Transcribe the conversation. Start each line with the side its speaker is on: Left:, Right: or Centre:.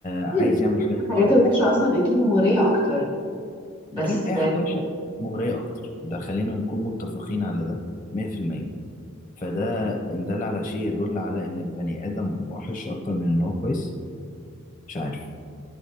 Left: عايز
Right: أكيد
Left: يعمل حاجات
Right: الحاجات
Left: غلط
Right: الوحشة اصلا اكيد مغرية اكتر بس
Left: أكيد أي حاجة وحشة مغرية أكتر ده خلينا نكون متفقين على ده 100% فده إن دل على شيء يدل على إن البني آدم وحش أكتر من إن هو كويس مش عارف